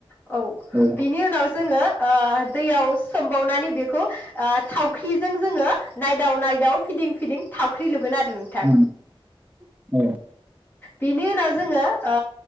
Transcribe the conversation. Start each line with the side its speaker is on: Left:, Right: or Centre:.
Left: औ
Right: उम
Left: बिनि उनाव जोङो आ दैआव सोमबावनानै बेखौ ओ थावख्रिजों जोङो नायदाव नायदाव फिदिं फिदिं। थावख्रि लुगोन आरो नोंथां।
Right: उम औ
Left: बिनि उनाव जोङो। ओ